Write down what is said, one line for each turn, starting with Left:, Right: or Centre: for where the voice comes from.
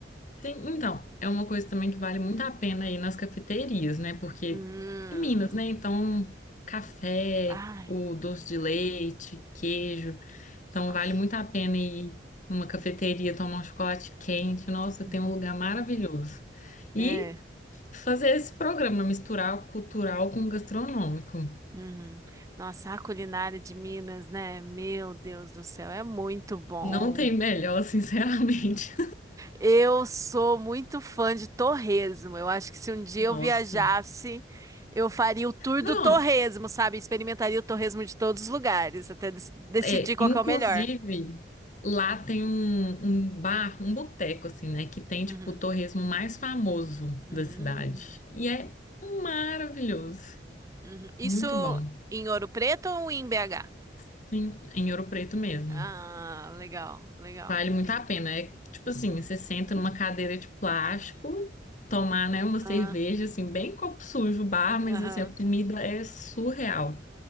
Left: Sim, então, é uma coisa também que vale muito a pena ir nas cafeterias, né? Porque
Right: Hum.
Left: em Minas, né? Então, café,
Right: Ai,
Left: o doce de leite, queijo. Então
Right: nossa.
Left: vale muito a pena ir numa cafeteria tomar um chocolate quente. Nossa,
Right: Uhum.
Left: tem um lugar maravilhoso. E
Right: É.
Left: fazer esse programa, misturar o cultural com o gastronômico.
Right: Uhum. Nossa, a culinária de Minas, né? Meu Deus do céu, é muito bom.
Left: Não tem melhor, sinceramente.
Right: Eu sou muito fã de torresmo. Eu acho que se um dia
Left: <laughs>
Right: eu
Left: Nossa.
Right: viajasse, eu faria o tour
Left: Não,
Right: do torresmo, sabe? Experimentaria o torresmo de todos os lugares, até dec- decidir
Left: é,
Right: qual
Left: inclusive,
Right: que é o melhor.
Left: lá tem um, um bar, um boteco, assim, né? Que tem, tipo,
Right: Uhum.
Left: o torresmo mais famoso
Right: Hum,
Left: da cidade. E é maravilhoso.
Right: uhum. Isso
Left: Muito bom.
Right: em Ouro Preto ou em BH?
Left: Sim, em Ouro Preto mesmo.
Right: Ah, legal, legal.
Left: Vale muito a pena. É tipo assim, você senta numa cadeira de plástico, tomar, né, uma cerveja,
Right: Ah,
Left: assim, bem copo sujo, bar, mas
Right: aham.
Left: assim, a comida é surreal.